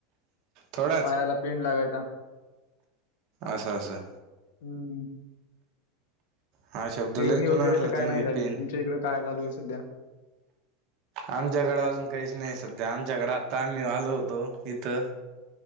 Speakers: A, on the right (about 40°); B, on the left (about 75°).
A: थोडाच
B: पायाला पिंड लागायचा.
A: असं असं.
B: हम्म.
A: हा शब्द
B: पेरणी
A: लय
B: वगैरे
A: जुना आणला
B: तर काय
A: तुम्ही
B: नाही झाली.
A: पेन
B: तुमच्या इकडे काय चालू आहे सध्या?
A: आमच्याकडे अजून काहीच नाही सध्या. आमच्याकडे आता, आम्ही आलो होतो इथं.